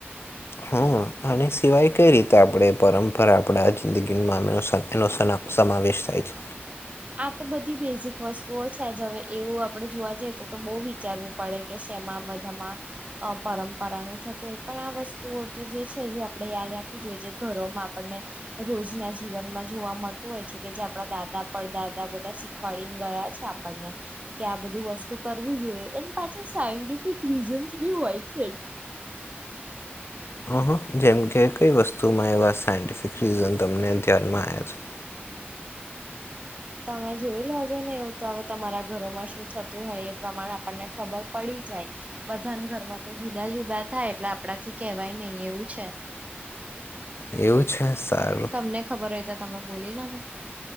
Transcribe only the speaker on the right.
આ તો બધી બેઝિક વસ્તુઓ છે, જ હવે એવું આપડે જોવા જઈએ તો, તો બહુ વિચારવું. પડે કે છેમાં બધામાં. અ પરંપરા ન થતું, એ પણ આ વસ્તુઓ તો જે છે, જે આપણે યાદ રાખવું જોઈએ, જે ઘરોમાં આપણને રોજના જીવનમાં જોવા મળતું હોય કે, જે આપડા દાદા પર દાદા બધા શીખવાડીને ગયા છે આપણને. કે આ બધું વસ્તુ કરવું જોઈએ, એ ન પાછા સાયન્ટિફિક રીઝન્સ બી હોય છે જ.
તમે જોઈ લોજો ને એવું તો હવે, તમારા ઘરોમાં શું થતું હોય એ પ્રમાણે આપણને ખબર પડી જાય. બધાને ઘરમાં તો જુદા-જુદા થાય, એટલે આપણા થી કેવાય નહિ એવું છે.
તમને ખબર હોય તો, તમે બોલી લો ને?